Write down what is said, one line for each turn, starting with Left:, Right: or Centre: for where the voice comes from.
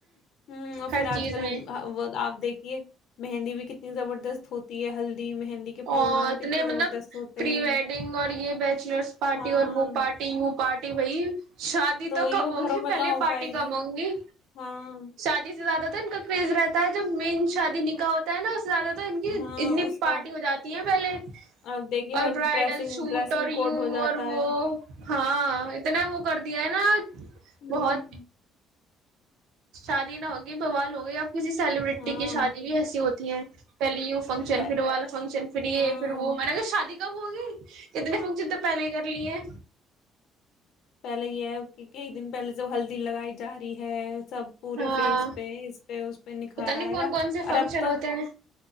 Left: ہوں اور
Right: ہر
Left: پھر آج
Right: چیز
Left: کل
Right: میں
Left: آ- وہ آپ دیکھیے مہندی بھی کتنی زبردست ہوتی ہے ہلدی مہندی کے پروگرام
Right: اور اتنے
Left: کتنے
Right: مطلب
Left: زبردست ہوتے
Right: پری
Left: ہیں
Right: ویڈنگ اور یہ بیچلرس پارٹی
Left: ہاں
Right: اور وہ پارٹی پارٹی بئی شادی تو
Left: وہی
Right: کم
Left: وہ
Right: ہوگی
Left: گھروں میں
Right: پہلے
Left: کہاں ہو
Right: پارٹی
Left: پائے
Right: کم ہوں گی
Left: ہاں
Right: شادی سے زیادہ کرز رہتا ہے جو مین شادی نکا ہوتا ہے نا زیادہ تر ان کی اتنی
Left: ہاں اس
Right: پارٹی
Left: کا
Right: ہو جاتی ہیں پہلے
Left: اب دیکھیے ہر
Right: اور برائڈل
Left: ڈریسنگ
Right: سوٹ
Left: ڈریسنگ
Right: اور یوں
Left: کوڈ ہو جاتا
Right: اور وہ
Left: ہے
Right: ہاں اتنا وہ کر د ہے نا
Left: <unintelligible>
Right: بہت شادی نہ ہوگی بوال ہوگی یا کسی سیلیبرٹی
Left: ہاں
Right: کی شادی بھی ایسی ہوتی ہے پہلے یو فنکشن
Left: پہ-
Right: پھر وہ والا فنکشن پھر
Left: ہاں
Right: یہ پھر وہ میں نے اگر شادی بو گی اتنی فنکشن تو پہلے ہی کر لی ہے
Left: پہلے یہ ہے کہ کئی دن پہلے تو ہلدی لگائی ج رہاری ہے سب پورے
Right: ہاں
Left: فیس پہ اس پہ اس پہ نکھار
Right: پتا نہیں
Left: آئے
Right: کون
Left: گا
Right: کون سے
Left: اور
Right: فنکشن
Left: اب تو
Right: ہوتے ہیں